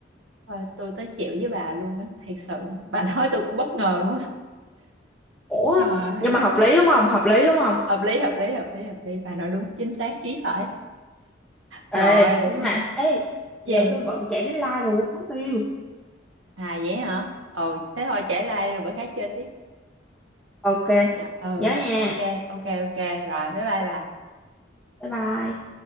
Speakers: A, on the right; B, in the centre.
A: Rồi tôi tới chịu với bà luôn á, thiệt sự. Bà nói tôi cũng bất ngờ luôn á.
B: ủa
A: Rồi,
B: nhưng mà hợp lý đúng không hợp lý đúng không
A: <laughs> hợp lý hợp lý hợp lý hợp lý, bà nói đúng chính xác chí phải. rồi
B: ê nhưng mà ê
A: <laughs> gì
B: giờ tôi bận chạy deadline rồi quên mất tiêu
A: à vậy hả ồ thế thôi trễ like đi, rồi bữa khác chơi tiếp
B: ok
A: dạ ừ
B: nhớ nha
A: ok ok ok rồi bye bye bà
B: bye bye